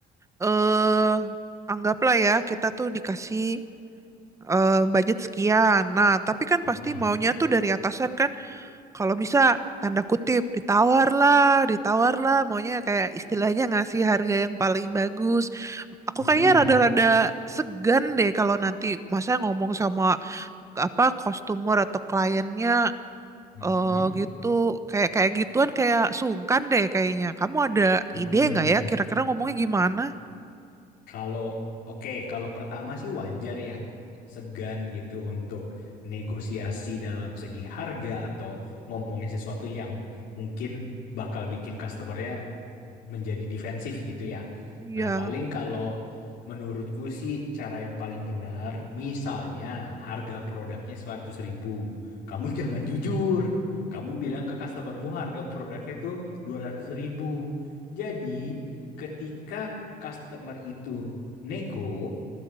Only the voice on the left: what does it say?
Mm-mm.
Mm-mm.
Mm-mm.
Mm-mm.
Kalau oke, kalau pertama sih wajar ya segan gitu untuk negosiasi dalam segi harga atau ngomongin sesuatu yang mungkin bakal bikin customernya menjadi defensif gitu ya.
Nah, paling kalau menurutku sih cara yang paling benar, misalnya harga produknya seratus ribu. ribu. Kamu <laughs> jangan jujur. Kamu bilang ke customermu harga produknya tuh 200.000 ribu. ribu. Jadi, ketika customer itu nego,